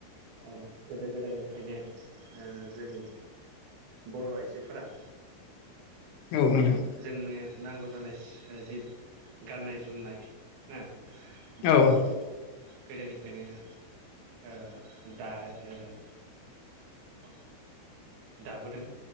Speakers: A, on the right; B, on the left.
A: औ गोदो-गोदायनि फ्रायनो ओ-जोंनि बर' आइजोफोरा
B: औ नोंथां
A: जोंनो नांगौ जानाय सि जे गाननाय-जोमनाय ना बेफोरखौ
B: औ उम
A: गोदोनिफ्रायनो ओ- दा ओ- औ दाबोदों